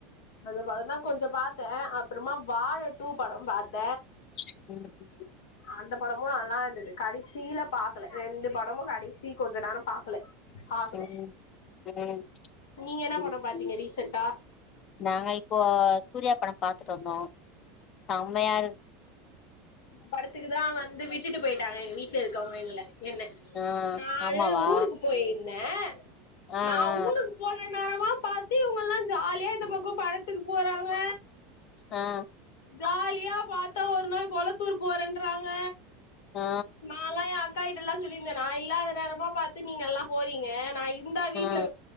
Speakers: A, on the left (about 85°); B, on the left (about 35°).
A: அந்த படந்தா கொஞ்சோ பாத்த அப்பறமா வாழ டூ படோ பாத்த
B: ம்
A: அந்த படமு நல்லா இருந்துது கடைசில பாக்கல ரெண்டு படமு கடைசி கொஞ்ச நேரோ பாக்கல பாக்கணு
B: ம் ம்
A: நீங்க என்னா
B: ம்
A: படம் பாத்தீங்க
B: ம்
A: ரீசன்டா
B: நாங்க இப்போ சூர்யா படம் பாத்துட்டு வந்தோ செம்மையாயிரு
A: படத்துக்குதா வந்து விட்டுட்டு போயிட்டாங்க எங்க வீட்ல இருக்கவங்க எங்கள என்ன
B: ஆ
A: நானு
B: ஆமாவா
A: ஊருக்கு போயிருந்தன்
B: ஆ
A: நா
B: ஆ
A: ஊருக்கு போற நேரமா பாத்து இவுங்கெல்லா ஜாலியா இந்த பக்கோ பட த்துக்கு போறாங்க
B: ஆ
A: ஜாலியா பாத்தா ஒரு நாள் கொளத்தூர் போறன்றாங்க
B: ஆ ஆ
A: நா எல்லா அக்காகிட்டல்லா சொல்லியிருந்த நா இல்லாத நேரமா பாத்து நீங்க எல்லா போறீங்க நா இந்தா வீட்ல
B: ஆ